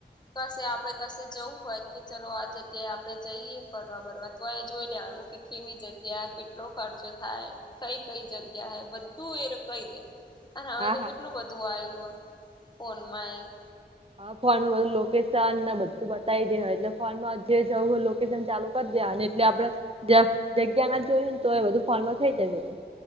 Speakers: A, on the left; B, on the right.
A: કશે આપડે કશે જવું હોય કે ચલો આ જગ્યાએ આપણે જઈએ ફરવા બરવા. તો એ જોઈ લેવાનું કે કેવી જગ્યા કેટલો ખર્ચો થાય. કઈ કઈ જગ્યા હૈ બધું એ કઈ દે અને હવે
B: હા
A: તો
B: હા
A: કેટલું બધું આવ્યું ફોનમાં એ
B: હા ફોનમાં બધ લોકેશન ને બધું બતાવી દે હો એટલે ફોનમાં જે જવું હો ચાલુ કરી દે એટલે આપે જગ્યા ના જોયું ને તો એ બધું ફોર્માં થઈ જાય બધું.